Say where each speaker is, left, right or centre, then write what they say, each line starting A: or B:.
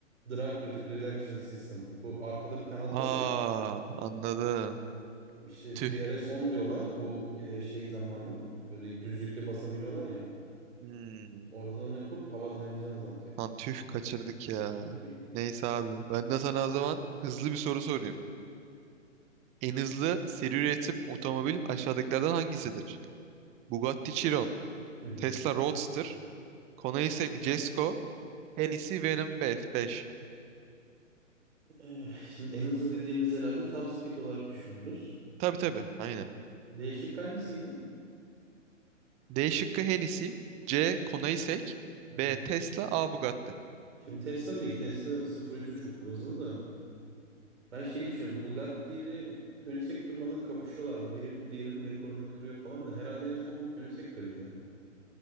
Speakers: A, on the right; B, on the right.
A: Drag Re- Reduction System. Bu arkada bir kanat
B: Aa,
A: var ya.
B: anladım.
A: İşte
B: Tüh.
A: DRS 10 diyorlar. Bu e, şey zamanı. Böyle düzlükte basabiliyorlar ya.
B: Hmm.
A: Orada onu yapıp hava direncini azaltıyor.
B: Lan tüh kaçırdık ya.
A: <laughs>
B: Neyse abi. Ben de sana o zaman hızlı bir soru sorayım. En hızlı seri üretim otomobil aşağıdakilerden hangisidir? Bugatti Chiron,
A: Hı hı.
B: Tesla Roadster, Koenigsegg Jesko, Hennessy Venom 5.
A: Eh, Şimdi en hızlı dediğimiz herhalde top speed olarak düşünüyoruz.
B: Tabii tabii aynen.
A: Değişik hangisiydi?
B: D şıkkı Hennessy. C. Konaisek.
A: Ee,
B: B. Tesla. A. Bugatti.
A: Şimdi Tesla değil. Tesla sıfır 100ü çok hızlı da. Ben şeyi düşünüyorum. Bugatti ile Koenigsegg durmadan kapışıyorlardı. Biri bir diğerinin rekorunu kırıyor falan da. Herhalde en son Koenigsegg kırdı ya.